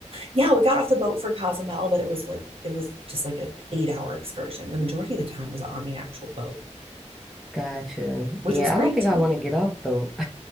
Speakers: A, on the right; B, in the centre.
A: yeah, we got off the boat for Cozumel, but it was like it was just like an eight hour excursion. The majority of the time was on the actual boat,
B: Gotcha.
A: which
B: Yeah,
A: was great
B: I don't think
A: too.
B: I want to get off though. <laughs>